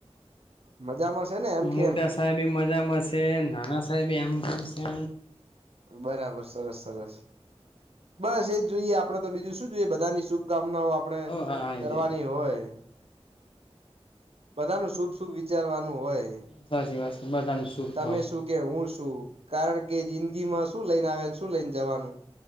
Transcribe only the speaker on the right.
મજામાં છે ને એમ
કેમ
બરાબર સરસ સરસ બસ એજ જોઈએ આપડે તો બીજું શું જોઈએ બધાની શુભકામ કામનાઓ આપણે
કરવાની હોય બધાનું શુભ શુભ વિચારવાનું હોય
તમે
શું કે હું શું કારણ કે જિંદગીમાં શું લઈને આવ્યા ને શું લઈને જવાનું